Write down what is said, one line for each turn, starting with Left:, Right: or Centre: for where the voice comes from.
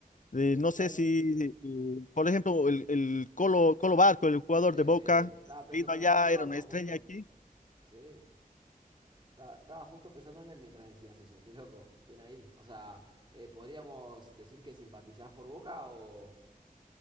Left: Eh,
Right: Totalmente.
Left: no sé si, eh, por ejemplo, el, el Colo, Colo Barco, el jugador
Right: Sí, estaba
Left: de Boca,
Right: pensando
Left: ha ido allá,
Right: en el Colo Barco
Left: era una estrella
Right: justo.
Left: aquí.
Right: Sí, ta- estaba justo pensando en él mientras decías eso. Qué loco, bien ahí. O sea, eh, podríamos decir que simpatizás por Boca o...